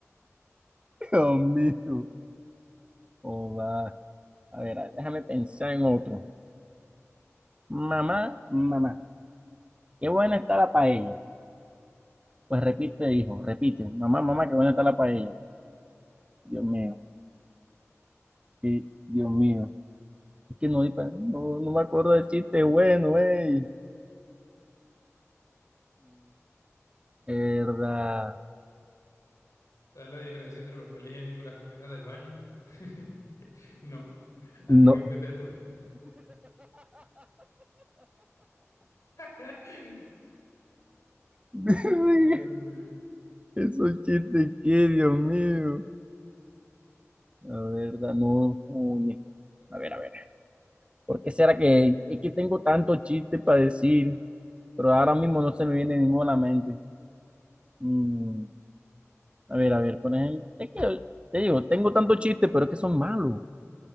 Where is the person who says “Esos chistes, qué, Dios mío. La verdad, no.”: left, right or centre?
Right